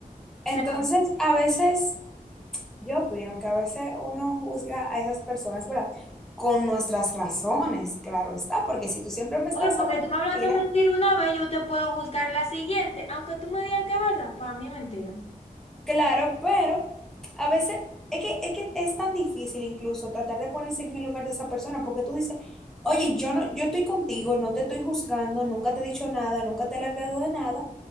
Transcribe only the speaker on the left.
O sea,
oye, porque
tú me hablaste
mentira una vez, yo te puedo juzgar la siguiente, aunque tú me digas que es verdad, para mí es mentira.